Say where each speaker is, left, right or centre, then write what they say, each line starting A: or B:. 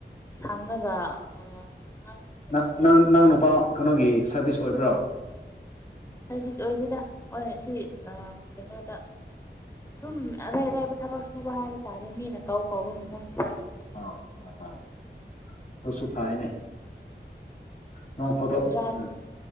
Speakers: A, on the left; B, on the left.
A: ꯁꯪꯂꯒ ꯑꯉꯥꯡꯁꯤꯡꯁꯦ
B: ꯅꯪ
A: ꯂꯥꯡꯂꯒ
B: ꯅꯪ ꯅꯨꯄꯥ ꯀꯩꯅꯣꯒꯤ ꯁꯔꯕꯤꯁ ꯑꯣꯏꯕ꯭ꯔꯣ
A: ꯁꯥꯔꯚꯤꯁ ꯑꯣꯏꯗꯦꯗ ꯍꯣꯏ ꯁꯤ ꯑ ꯀꯩꯅꯣꯗ ꯑꯗꯨꯝ ꯑꯔꯩ ꯑꯔꯩꯕ ꯊꯕꯛ ꯁꯨꯕ ꯍꯥꯏꯕ ꯇꯥꯔꯦ ꯃꯤꯅ ꯀꯧ ꯀꯧꯕ ꯃꯐꯝ ꯆꯠꯂꯒꯀꯣ
B: ꯑ ꯑ ꯑꯗꯨꯁꯨ ꯐꯥꯏꯅꯦ ꯅꯣꯡ ꯐꯣꯇꯣꯛ
A: ꯍꯖꯤꯔꯥꯒꯨꯝꯕ
B: ꯎꯝ